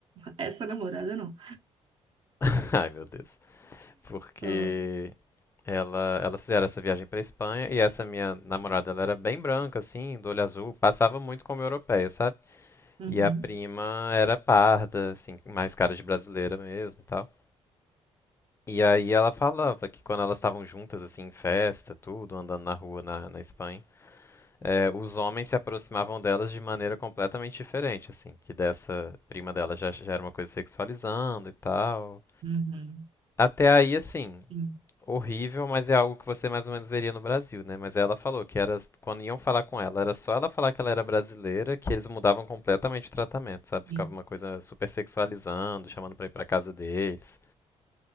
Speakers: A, on the right (about 45°); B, on the left (about 20°).
A: essa namorada não.
B: <laughs> Ai, meu Deus. Porque
A: Ah,
B: ela, elas fizeram essa viagem pra Espanha e essa minha namorada, ela era bem branca, assim, do olho azul, passava muito como europeia, sabe?
A: uhum,
B: E a prima era parda, assim, mais cara de brasileira mesmo e tal. E aí ela falava que quando elas estavam juntas, assim, em festa, tudo, andando na rua na, na Espanha, É, os homens se aproximavam delas de maneira completamente diferente, assim, que dessa prima dela já, já era uma coisa sexualizando e tal.
A: uhum,
B: Até aí, assim,
A: sim,
B: horrível, mas é algo que você mais ou menos veria no Brasil, né? Mas ela falou que era quando iam falar com ela, era só ela falar que ela era brasileira, que eles mudavam completamente o tratamento, sabe?
A: sim,
B: Ficava uma coisa super sexualizando, chamando pra ir pra casa deles.